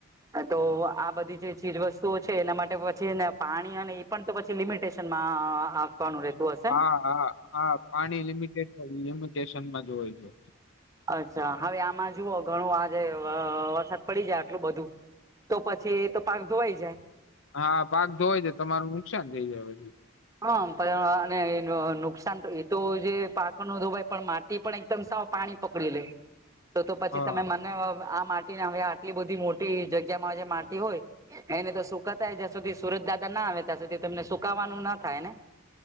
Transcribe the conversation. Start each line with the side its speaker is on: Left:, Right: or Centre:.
Right: હા તો આ બધી જે ચીજવસ્તુઓ છે એના માટ એ પછી એને પાણી અને ઈ પણ તો પછી લિમિટેશનમાં આપ વાનું રહેતું હશ
Left: હા, હા, હા. પાણી લિમિટેશન-લિમિટેશનમાં જ હોય છે.
Right: અચ્છા. હવે આમાં જુઓ ઘણું આજે વરસાદ પડી જાય આટલું બધું. તો પછી એ તો પાક ધોવાઈ જાય
Left: હા પાક ધોવાય જાય. તમારું નુકસાન થઈ જાય પછી.
Right: હમ્મ. પણ અને ન નુકસાન તો એ તો જે પાકો નો ધોવાઈ પણ માટી પણ એકદમ સાવ પાણી પકડી લે. તો-તો પછી
Left: હા
Right: તમે મને અહ આ માટ ટે હવે આટલી બધી મોટી જગ્યા માં જે માટી હોય એને તો સુકાતાઈ જ્યાં સુધી સુરજ દાદા ના આવે ત્યાં સુધી તો એમને સુકાવવાનું ન થાય ને?